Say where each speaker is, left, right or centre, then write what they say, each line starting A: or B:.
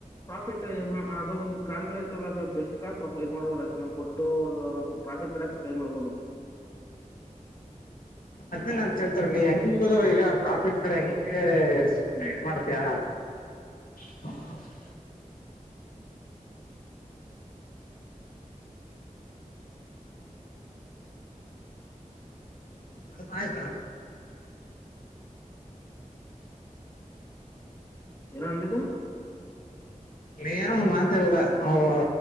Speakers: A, on the left; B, on the left.
A: ಪ್ರಾಫಿಟ್ ಎಮ ಅದು ಒಂದು ಕಾಲ್ಗಳ್ ಇರ್ತಾವಲ್ಲ ಆದ್ರೆ ಬೆಸ್ಟ್ ಕಾಲ್ ಪ್ರ ಇದ್ ಮಾಡ್ಬೋದು ಅಷ್ಟೇ ನಮ್ ಕೊಟ್ಟು ಒಂದು ಒಂದ್ ಸ್ವಪ್ ಪ್ರಾಫಿಟ್ ತರಕ್ ಟ್ರೈ ಮಾಡ್ಬೋದು.
B: ಅದ್ನೇ ನಾನ್ ಕೇಳ್ತಿರೋದು ನೀ ಹೆಂಗ್ ಗುರು ಈಗ ಪ್ರಾಫಿಟ್ ಕಡೆ ಹೆಂಗೆ ಎಸ್‌
A: ಹ್ಮ್
B: ಮಾಡ್ತಯ. <unintelligible> ಅರ್ಥ ಆಯ್ತಾ.
A: ಏನ ಅಂದಿದು.
B: ನೀ ಏನೂ ಒಂದ್ ಮಾತೇಳದ ಅವ್